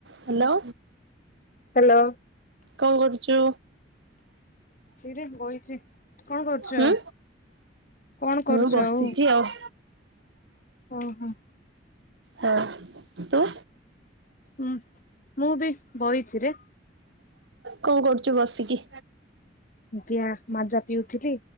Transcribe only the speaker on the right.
Hello.
କଣ କରୁଚୁ?
ହୁଁ
ମୁଁ ବସିଛି
ହଁ
ହୁଁ ତୁ
କଣ କରୁଛ ବସିକି?